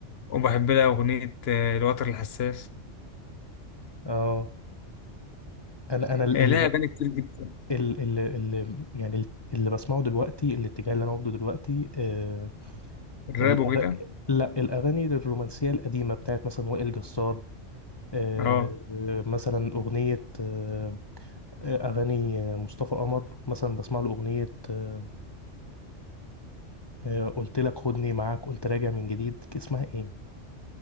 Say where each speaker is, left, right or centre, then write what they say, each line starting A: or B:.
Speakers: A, on the left (about 60°); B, on the left (about 35°).
A: وبحب لها أغنية آه، الوتر الحساس
B: اه انا انا اللي
A: آه، لها
B: ب...
A: أغاني كتير جدا
B: ال ال ال يعني ال- اللي بسمعه دلوقتي الاتجاه اللي انا واخده دلوقتي آه
A: الراب
B: الأغ...
A: وكده
B: لا الاغاني الرومانسيه القديمه بتاعت مثلا وائل جسار آه
A: اه
B: آه، مثلا اغنيه آه آه، اغاني آه، مصطفى قمر مثلا بسمع له اغنيه آه آه، قلت لك خدني معاك قلت راجع من جديد اسمها ايه